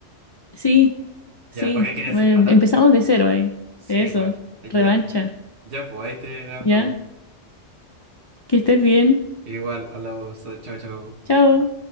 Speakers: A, on the left; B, on the right.
A: Sí, sí.
B: Ya, porque hay que desempatar.
A: Bueno, empezamos de cero ahí.
B: Sí,
A: Eso.
B: pues, ya,
A: Revancha.
B: ya, pues, ahí te hablo.
A: ¿Ya? Que estés bien.
B: Igual, hablamos, chao, chao.
A: Chao.